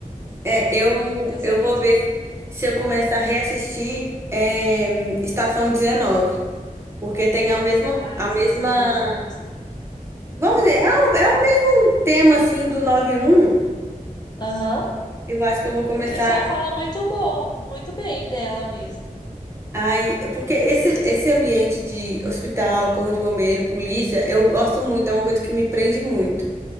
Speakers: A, on the left (about 30°); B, on the right (about 20°).
A: Eu
B: É,
A: gostei
B: eu,
A: muito, eu sempre
B: eu vou
A: indico.
B: ver se se eu começar a reassistir é, Estação 19. Porque tem a mesma,
A: Ah,
B: a
A: Estação
B: mesma.
A: de Deserto.
B: Vamos dizer, é o, é o mesmo tema assim do nove um
A: Aham.
B: Eu acho que eu vou começar.
A: O pessoal fala muito bom, muito bem dela mesmo.
B: Ai, porque esse, esse ambiente de hospital, corpo de bombeiro, polícia, eu gosto muito, é uma coisa que me prende muito.